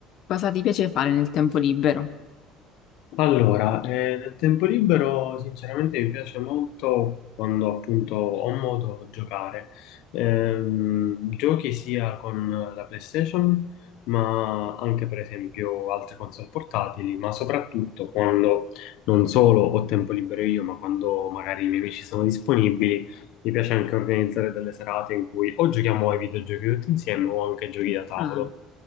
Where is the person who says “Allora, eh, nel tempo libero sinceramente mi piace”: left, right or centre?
Left